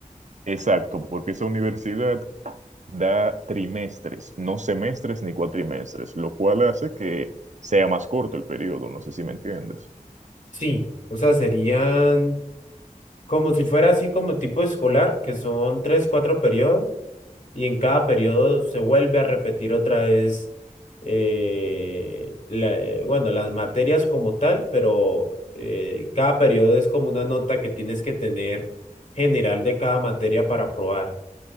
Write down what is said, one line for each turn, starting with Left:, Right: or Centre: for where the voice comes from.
Right: Exacto, porque esa universidad da trimestres, no semestres ni cuatrimestres, lo cual hace que sea más corto el periodo, no sé si me entiendes.
Left: Sí, o sea, serían... Como si fuera así como tipo escolar, que son tres, cuatro periodos, y en cada periodo se vuelve a repetir otra vez, eh, la- eh, bueno, las materias como tal, pero eh, cada periodo es como una nota que tienes que tener general de cada materia para aprobar.